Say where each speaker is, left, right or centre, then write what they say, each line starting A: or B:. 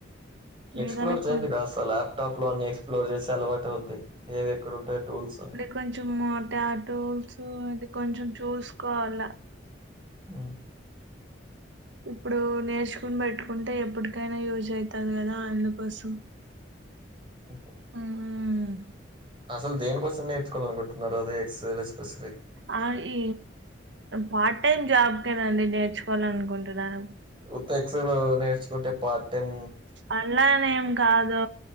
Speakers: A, on the right; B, on the right.
A: ఎక్స్ప్లోర్
B: ఏదైనా
A: చేయండి
B: కొ
A: కాస్త ల్యాప్టాప్ లో అన్ని ఎక్స్ప్లోర్ చేసి అలవాటవద్ది ఏవి ఎక్కడ ఉంటాయి టూల్స్
B: కొంచం ట ఆ టూల్స్ ఇది కొంచెం చూసుకోవాల
A: ఉ
B: ఇప్పుడు నేర్చుకుని పెట్టుకుంటే ఎప్పటికైనా యూజ్ అవుతాది కదా అందుకోసం
A: ఓహో
B: మ్మ్
A: అసలు దేని కోసం నేర్చుకోవాలనుకుంటున్నారు అది ఎక్సల్ స్పెసిఫిక్
B: ఆ ఈ పార్ట్ ప్చ్ టైం జాబ్ కేనండి నేర్చుకోవాలని అనుకుంటున్నాను
A: ఉత్త ఎక్సెల్ నేర్చుకుంటే పార్ట్ టైం
B: అలా అనే ఏం కాదు